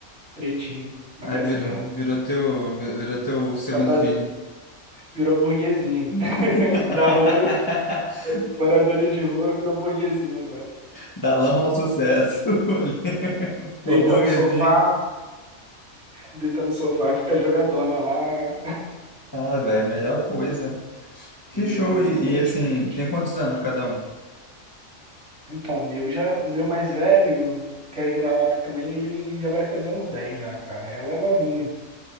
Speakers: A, on the right (about 55°); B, on the left (about 20°).
A: pretinha, uma
B: Aí
A: gracinha,
B: virou,
A: ela.
B: virou teu, virou teu segundo
A: Tchau,
B: filho.
A: Virou burguesinha. <laughs>
B: <laughs>
A: Da rua, moradora de rua, virou burguesinha agora.
B: Da lama ao sucesso. <laughs> Pô,
A: Deita
B: burguesinha.
A: no sofá, deita no sofá, fica jogadona lá.
B: Ah, velho, melhor coisa. Que
A: É
B: show.
A: muito
B: E,
A: gratificante.
B: e, assim, tem quantos anos cada um?
A: Então, o meu já, o meu mais velho, que é vira-lata também, ele já vai fazer uns 10 já, cara. Ela é novinha.